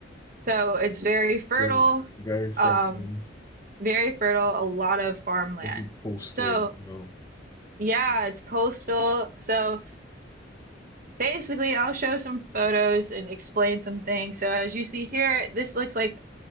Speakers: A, on the right; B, on the left.
A: So it's very fertile,
B: So very from
A: um,
B: um,
A: very fertile, a lot of farmland.
B: pretty coastal.
A: So
B: as Well,
A: yeah, it's coastal. So basically, I'll show some photos and explain some things. So as you see here, this looks like